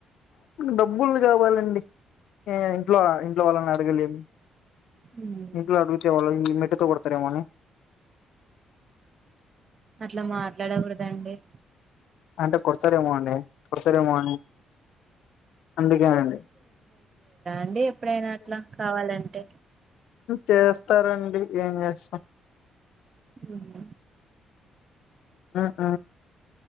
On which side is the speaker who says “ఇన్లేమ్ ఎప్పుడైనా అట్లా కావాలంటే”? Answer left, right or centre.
Right